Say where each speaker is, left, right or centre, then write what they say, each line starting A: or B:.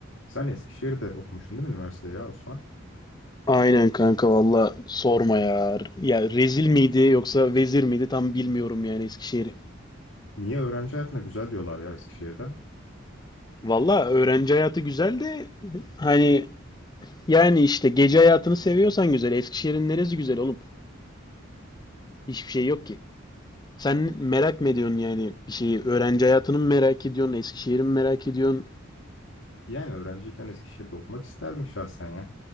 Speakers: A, on the left; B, on the left.
A: Sen Eskişehir'de okumuştun değil mi üniversiteyi ya Osman?
B: Aynen kanka valla sorma ya. Ya rezil miydi yoksa vezir miydi tam bilmiyorum yani Eskişehir'i.
A: Niye öğrenci hayatına güzel diyorlar ya Eskişehir'de?
B: Valla öğrenci hayatı güzel de hani yani işte gece hayatını seviyorsan güzel. Eskişehir'in neresi güzel oğlum? Hiçbir şey yok ki. Sen merak mı ediyorsun yani bir şeyi? Öğrenci hayatını mı merak ediyorsun? Eskişehir'i mi merak ediyorsun?
A: Yani öğrenciyken Eskişehir'de okumak isterdim şahsen ya.